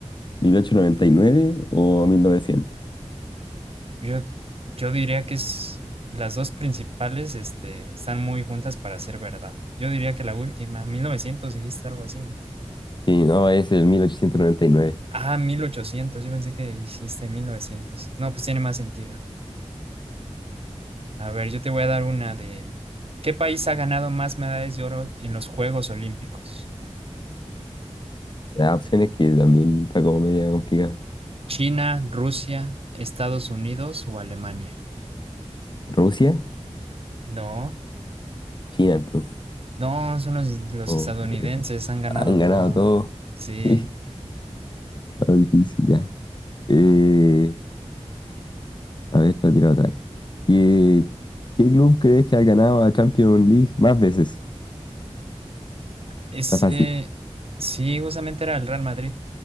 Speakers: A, on the left; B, on the right.
A: 1899 o 1900.
B: Yo, yo diría que es, las dos principales, este, están muy juntas para ser verdad. Yo diría que la última, 1900 dijiste algo así, ¿no?
A: Sí, no, es el 1899.
B: Ah, 1800. yo pensé que dijiste 1900. No, pues tiene más sentido. A ver, yo te voy a dar una de... ¿Qué país ha ganado más medallas de oro en los Juegos Olímpicos?
A: Las opciones que también está como media complicada.
B: ¿China, Rusia, Estados Unidos o Alemania?
A: ¿Rusia?
B: No,
A: China, entonces.
B: no, son los, los
A: Oh,
B: estadounidenses,
A: es-
B: han ganado
A: han
B: todo.
A: ganado todo.
B: Sí,
A: <laughs> Sí, está difícil ya. Eh, A ver, te tiro otra. ¿Qué, qué club crees que ha ganado a Champions League más veces?
B: ese...
A: Está fácil.
B: Sí, justamente era el Real Madrid.